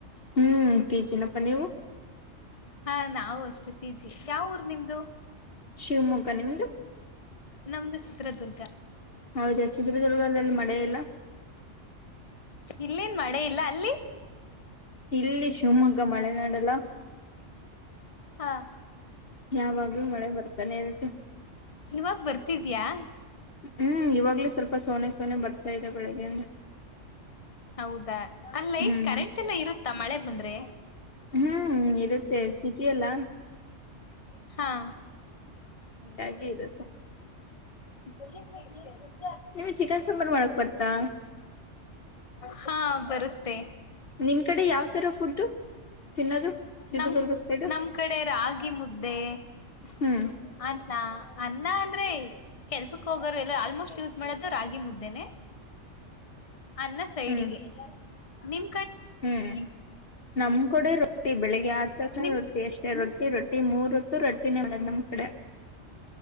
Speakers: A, on the left; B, on the left.
A: ಹ್ಮ್ ಪಿ ಜಿ ನಪ್ಪ ನೀವು
B: ಹಾ ನಾವು ಅಷ್ಟೆ ಪೀಜಿ ಯಾವ ಊರ್ ನಿಮ್ದು
A: ಶಿವಮೊಗ್ಗ ನಿಮ್ದು
B: ನಮ್ದು ಚಿತ್ರದುರ್ಗ
A: ಹೌದಾ ಚಿತ್ರದುರ್ಗದಲ್ಲಿದಲ್ಲಿ ಮಳೆೆಯಲ್ಲ
B: ಇಲ್ಲೇನ್ ಮಳೆ ಇಲ್ಲ ಅಲ್ಲಿ
A: ಇಲ್ಲಿ ಶಿವಮೊಗ್ಗ ಮಳೆನಾಡಲ್ಲ
B: ಹಾಂ
A: ಯಾವಾಗ್ಲೂ ಮಳೆ ಬರ್ತಾನೆ ಇರುತ್ತೆ
B: ನೀವಾಗ ಬರ್ತಿದ್ಯಾ
A: ಹ್ಮ್ ಇವಾಗ್ಲೂ ಸ್ವಲ್ಪ ಸೋನೆ ಸೋನೇ ಸೋನೇ ಬರ್ತಾ ಇತೆ ಬೆಳಗೆಯಿಂದ
B: ಹೌದಾ ಅಲ್ಲೈಟ್
A: ಹ್ಮ್
B: ಕರೆಂಟ್ ಎಲ್ಲ ಇರುತ್ತಾ ಮಳೆ ಬಂದ್ರೆ
A: ಹ್ಮ್ ಇರುತ್ತೆ ಸಿಟಿ ಎಲ್ಲ
B: ಹಾ
A: ಹಂಗಾಗಿ ಇರುತ್ತೆ
B: <inaudible> <inaudible>
A: ನಿಮಗೆ ಚಿಕನ್ ಸಾಂಬರ್ ಮಾಡಕ್ ಬರುತ್ತಾ
B: ಹಾ ಬರುತ್ತೆ
A: ನಿಮ್ ಕಡೆ ಯಾವ ತರ ಫುಡ್ ತಿನ್ನೋದು ಚಿತ್ರದುರ್ಗದ
B: ನಮ್ಮ್
A: ಸೈಡು
B: ನಮ್ ಕಡೆ ರಾಗಿ ಮುದ್ದೆ
A: ಹ್ಮ್
B: ಹ ಅನ್ನ ಅಂದ್ರೆ ಕೆಲ್ಸಕ್ ಹೋಗೋರು ಎಲ್ಲ ಆಲ್ಮೋಸ್ಟ್ ಯೂಸ್ ಮಾಡದು ರಾಗಿಮುದ್ದೆನೆ ಅನ್ನ ಸೈಡಿಗೆ
A: ಹ್ಮ್
B: ನಿಮ್ಮ
A: ಹ್ಮ್ ನಮ್ ಕಡೆ ರೊಟ್ಟಿ ಬೆಳಿಗ್ಗೆ ಆ ತಕ್ಷಣ
B: ನಿಮ್
A: ರೊಟ್ಟಿ ಅಷ್ಟೇ ರೊಟ್ಟಿ ರೊಟ್ಟಿ ಕಡೆ ಮೂರ್ ಹೊತ್ತು ರೋಟಿನೇ ಮಾಡೋದು ನಮ್ ಕಡೆ